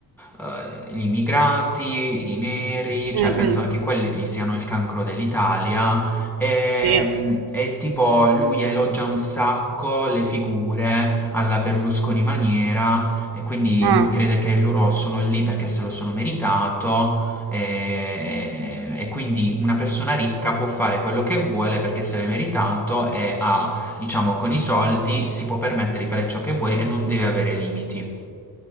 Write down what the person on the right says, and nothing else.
Mh-mh,
sì.
Mh.